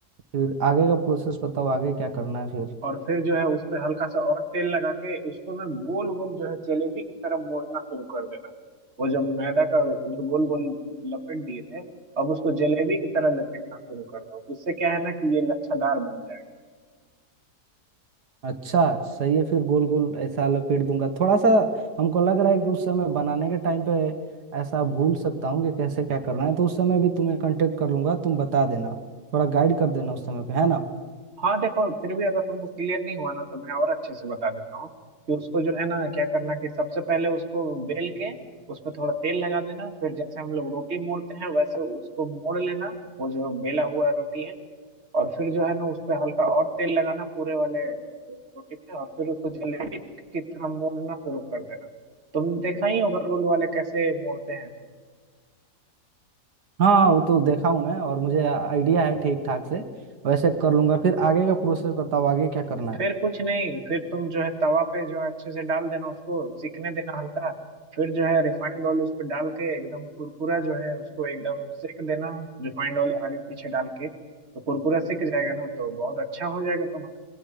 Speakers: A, on the right; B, on the right.
A: फिर आगे का प्रोसेस बताओ आगे क्या करना है फिर
B: और फिर जो है उस पे हल्का सा और तेल लगा के उसको ना गोल गोल जो है जलेबी की तरह मोड़ना शुरू कर देना वो जो मैदा का जो गोल गोल लपेट दिए थे अब उसको जलेबी की तरह लपेटना शुरू कर दो उससे क्या है ना कि ये लच्छादार बन जाए
A: अच्छा सही है फिर गोल गोल ऐसा लपेट दूंगा थोड़ा सा हमको लग रहा है कि उस समय बनाने के टाइम पे ऐसा भूल सकता हूँ कि कैसे क्या करना है तो उस समय भी तुम्हें कांटेक्ट कर लूंगा तुम बता देना थोड़ा गाइड कर देना उस समय पे है ना
B: हाँ देखो फिर भी अगर तुमको क्लियर नहीं हुआ ना तो मैं और अच्छे से बता देता हूँ कि उसको जो है ना क्या करना कि सबसे पहले उसको बेल के उस पर थोड़ा तेल लगा देना फिर जैसे हम लोग रोटी मोड़ते हैं वैसे उसको मोड़ लेना वो जो बेला हुआ रोटी है और फिर जो है ना उस पर हल्का और तेल लगाना पूरे वाले रोटी पे और फिर उसको जलेबी की तरह मोड़ना शुरू कर देना तुम देखा ही होगा रोल वाले कैसे मोड़ते हैं
A: हाँ वो तो देखा हूँ मैं और मुझे आइडिया है ठीक ठाक से वैसे कर लूंगा फिर आगे का प्रोसेस बताओ आगे क्या करना है
B: फिर कुछ नहीं फिर तुम जो है तवा पे जो है अच्छे से डाल देना उसको सिकने देना हल्का फिर जो है रिफाइंड ऑयल उस पर डाल के एकदम कुरकुरा जो है उसको एकदम सेक देना रिफाइंड ऑयल आगे पीछे डाल के तो कुरकुरा सिक जाएगा ना तो बहुत अच्छा हो जाएगा तुम्हारा